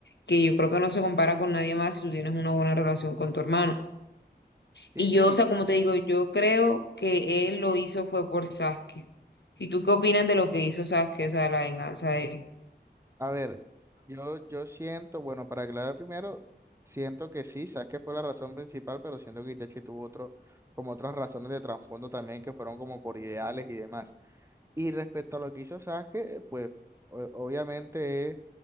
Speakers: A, on the left; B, on the right.
A: que yo creo que no se compara con nadie más si tú tienes una buena relación con tu hermano.
B: sí,
A: Y
B: sí.
A: yo, o sea, como te digo, yo creo que él lo hizo fue por Sasuke. ¿Y tú qué opinas de lo que hizo Sasuke, o sea, de la venganza de él?
B: A ver, yo, yo siento, bueno, para aclarar primero, siento que sí, que fue la razón principal, pero siento que Itachi tuvo otro, como otras razones de trasfondo también que fueron como por ideales y demás. Y respecto a lo que hizo Sasuke, pues o- obviamente es,